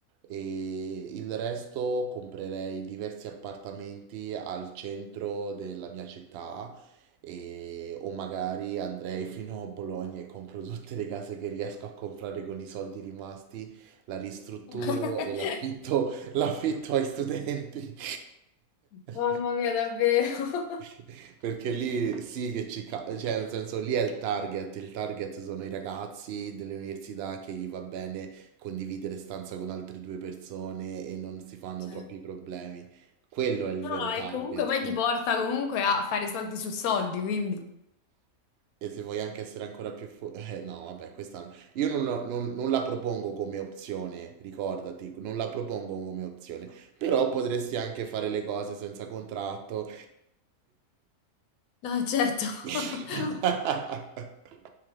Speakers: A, on the right (about 70°); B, on the left (about 75°).
A: e il resto comprerei diversi appartamenti al centro della mia città e, o magari andrei <laughs> fino a Bologna e compro tutte le case che riesco a comprare con i soldi rimasti, la ristrutturo
B: <laughs>
A: e l'affitto, <laughs> l'affitto ai studenti.
B: Mamma
A: <laughs>
B: mia, davvero. <laughs>
A: <laughs> Perché lì sì che ci... ca- cioè nel senso lì è il target, il target sono i ragazzi delle università che gli va bene condividere stanza con altre due persone e non si fanno
B: Cioè,
A: troppi problemi. Quello è il
B: No,
A: vero
B: no,
A: target.
B: e comunque poi ti porta comunque a fare soldi su soldi, quindi.
A: E se vuoi anche essere ancora più forte, <laughs> eh, no, vabbè, questa no. io non, la non- non la propongo come opzione, ricordati, non la propongo come opzione, però potresti anche fare le cose senza contratto.
B: No, certo.
A: <laughs>
B: <laughs>